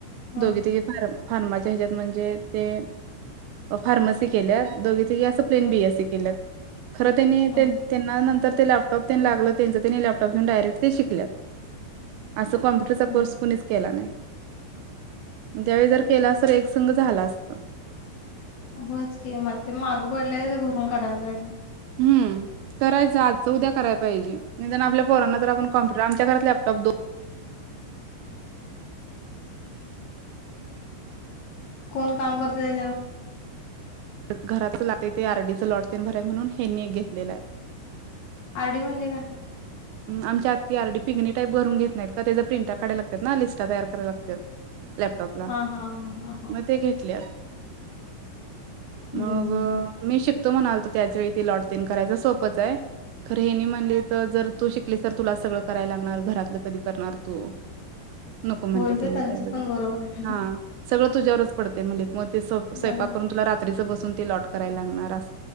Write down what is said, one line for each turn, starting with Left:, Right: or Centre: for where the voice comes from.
Left: हम्म
Right: दोघी तिघी फार् फार्माचे ह्याच्यात म्हणजे ते फार्मसी केल्यात दोघी तिघी असं प्लेन
Left: हम्म
Right: बी एस सी केल्यात खर त्यांनी
Left: हम्म
Right: ते त्यांना नंतर ते लॅपटॉप तेन लागलं त्यांचं त्यांनी लॅपटॉप घेऊन डायरेक्ट ते शिकल्यात. असं कॉम्प्युटरचा
Left: हम्म
Right: कोर्स कुणीच केला नाही. त्यावेळी जर केला अस तर एक संग झाला असत.
Left: होयं च की मगं आता ते मग माग पडले ते भरून काढायला पाहिजे.
Right: हम्म. करायचं आजच उद्या कराय पाहिजे निदान आपल्या पोरांना तर आपण कॉम्पुटर आमच्या घरात लॅपटॉप दोन
Left: कोण काम करत त्याच्यावर?
Right: घराचं लागते ते आर डी चं लॉट तेन भराय म्हणून हेनीं एक घेतलेलं आहे.
Left: आर डी म्हणजे काय?
Right: आमच्या आती आर डी पिगणी टाईभरून घेत नाही का त्याचा प्रिंटा काढायला लागतात ना लिस्ट तयार करायला लागतात. लॅपटॉपला
Left: हा हा हा हा हा
Right: मग ते घेतल्यात.
Left: हम्म
Right: मग.
Left: हम्म हम्म
Right: मी शिकतो म्हणालतो त्याचवेेळी ते लॉटतेन करायचं सोपंच आहे. खर हेनी म्हणली तर जर तू शिकलीस तर तुलाच सगळं करायला लागणार घरातलं कधी करणार तू. नको म्हणले
Left: होय
Right: त्यानी
Left: गं त्यांचं
Right: त्यावेळी
Left: पण बरोबर आहे.
Right: हां. सगळं तुझ्यावरच पडते म्हलित मग ते स्वयंपाक
Left: बरोबर
Right: करून तुला रात्रीचं बसून ते लॉट करायला लागणार अस.